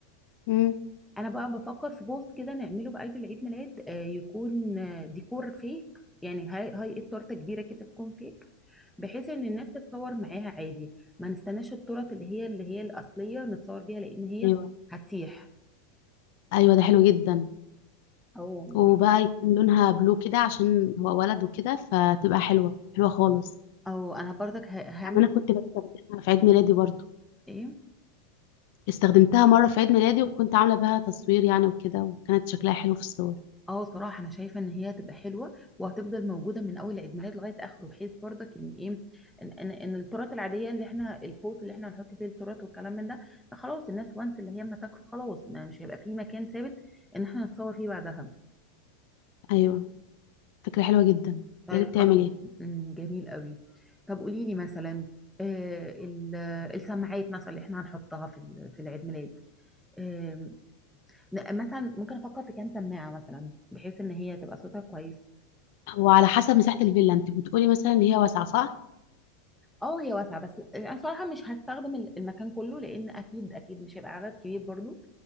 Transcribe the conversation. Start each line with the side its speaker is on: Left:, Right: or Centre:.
Left: امم
Centre: انا بقى بفكر في بوست كده نعمله في قلب العيد ميلاد آه، يكون آه، ديكور فيك يعني هاي هاي التورته كبيره كده تكون فيك بحيث ان الناس تتصور معاها عادي ما نستناش التورت اللي هي اللي هي الاصليه نتصور بيها لان هي
Left: ايوه
Centre: هتسيح
Left: ايوه ده حلو جدا
Centre: أو
Left: وبقى
Centre: يعني
Left: يكون لونها بلو كده عشان هو ولد وكده فتبقى حلوة حلوة خالص
Centre: او انا برضك ه- هعمل
Left: يعني أنا كنت بستخدمها في عيد ميلادي برضو
Centre: ايه
Left: استخدمتها مرة في عيد ميلادي وكنت عاملة بها تصوير يعني وكده وكانت شكلها حلو في الصور
Centre: اه صراحة انا شايفة ان هي هتبقى حلوة وهتفضل موجودة من اول عيد ميلاد لغاية اخره بحيث برضك ان ايه ان ان, إن التورت العادية اللي احنا البوست اللي احنا هنحط فيه التورت والكلام من ده فخلاص الناس وانس اللي هي ما تاكله خلاص ما مش هيبقى فيه مكان ثابت ان احنا نتصور فيه بعدها
Left: أيوة فكرة حلوة جدا
Centre: طيب
Left: يا ريت
Centre: خلاص
Left: تعمليها
Centre: أمم، جميل قوي طب قولي لي مثلا آه ال- السماعات مثلا اللي احنا هنحطها في ال- في العيد ميلاد آم، مثلا ممكن افكر في كام سماعة مثلا بحيث ان هي تبقى صوتها كويس
Left: وعلى حسب مساحة الفيلا أنت بتقولي مثلا إن هي واسعة صح؟
Centre: اه هي واسعه بس انا صراحه مش هستخدم ال- المكان كله لان اكيد اكيد مش هيبقى عدد كبير برضو